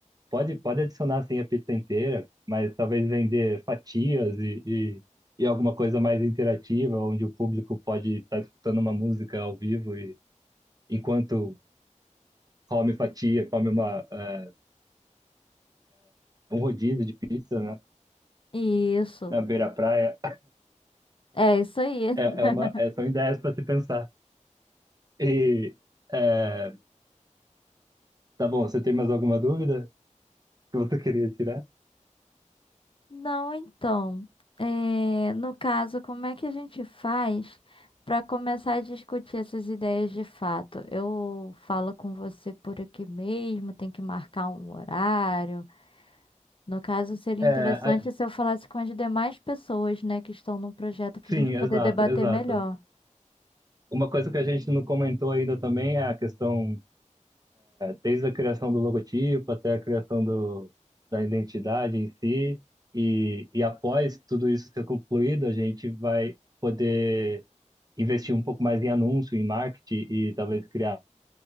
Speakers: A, on the right; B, on the left.
A: Pode, pode adicionar assim a pizza inteira, mas talvez vender fatias e, e, e alguma coisa mais interativa, onde o público pode estar escutando uma música ao vivo e enquanto come fatia, come uma, eh, um rodízio de pizza, né,
B: Isso.
A: na beira-praia.
B: É isso aí. <laughs>
A: É, é uma, é, são ideias para se pensar. E eh, tá bom, você tem mais alguma dúvida que você queria tirar?
B: Não, então, é, no caso, como é que a gente faz para começar a discutir essas ideias de fato? Eu falo com você por aqui mesmo, tem que marcar um horário. No caso, seria
A: É,
B: interessante
A: a-
B: se eu falasse com as demais pessoas, né, que estão no projeto para
A: sim,
B: a gente
A: exato,
B: poder debater
A: exato.
B: melhor.
A: Uma coisa que a gente não comentou ainda também é a questão desde a criação do logotipo até a criação do, da identidade em si. E, e após tudo isso ser concluído, a gente vai poder investir um pouco mais em anúncio, em marketing e talvez criar